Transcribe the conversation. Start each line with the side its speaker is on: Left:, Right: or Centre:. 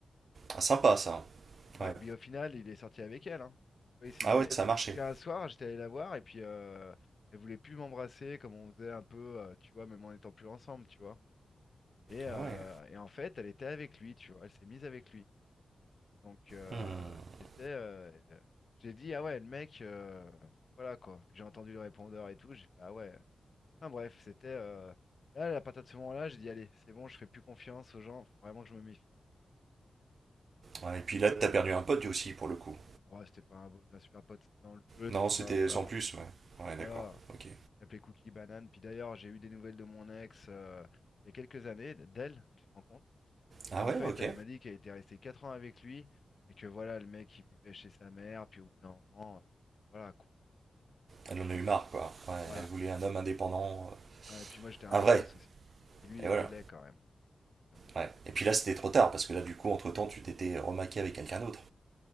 Right: Ah, sympa ça.
Left: Ouais,
Right: Ouais.
Left: puis au final, il est sorti avec elle, hein. Oui, il s'est mis
Right: Ah
Left: avec.
Right: ouais, ça
Left: Parce
Right: a marché.
Left: qu'un soir, j'étais allé la voir et puis euh, elle voulait plus m'embrasser comme on faisait un peu, euh, tu vois, même en étant plus ensemble, tu vois. Et, euh,
Right: Ah ouais.
Left: et en fait, elle était avec lui, tu vois. Elle s'est mise avec lui. Donc euh,
Right: Hmm.
Left: c'était, euh, j'ai dit ah ouais, le mec, euh, voilà quoi. Puis j'ai entendu le répondeur et tout. J'ai fait ah ouais. Enfin bref, c'était. euh, Là, à partir de ce moment-là, j'ai dit allez, c'est bon, je fais plus confiance aux gens. Faut vraiment que je me méfie.
Right: Ouais, et puis là t'as perdu un pote aussi pour le coup.
Left: Bon, Ouais, c'était pas un, beau- un super pote, c'était dans le jeu,
Right: Non,
Left: tu vois.
Right: c'était
Left: Voilà,
Right: sans plus, ouais. Ouais,
Left: voilà.
Right: d'accord. OK.
Left: qui s'appelait Cookie Banane. Puis d'ailleurs, j'ai eu des nouvelles de mon ex euh, il y a quelques années, d'elle, tu te rends compte?
Right: Ah
Left: Et en
Right: ouais,
Left: fait,
Right: OK.
Left: elle m'a dit qu'elle était restée 4 ans avec lui, mais que voilà, le mec, il vivait chez sa mère, puis au bout d'un moment, euh, voilà quoi.
Right: Elle en a eu marre quoi. Ouais,
Left: Voilà.
Right: elle voulait un homme indépendant,
Left: Ah, et puis moi,
Right: euh,
Left: j'étais un beau
Right: un vrai.
Left: gosse aussi. Et lui, il
Right: Et voilà.
Left: était laid quand même. Comme
Right: Ouais. Et puis là, c'était trop tard parce que là, du coup, entre temps, tu t'étais remaqué avec quelqu'un d'autre.